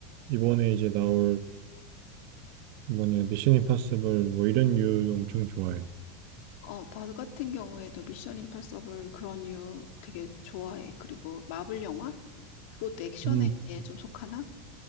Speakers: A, on the right (about 55°); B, on the left (about 65°).
A: 이번에 이제 나올 뭐냐, 미션 임파서블 뭐 이런 류 엄청 좋아해.
B: 어, 나 같은 경우에도 미션 임파서블 그런 류 되게 좋아해. 그리고 마블 영화? 그것도 액션에
A: 음,
B: 좀 속하나?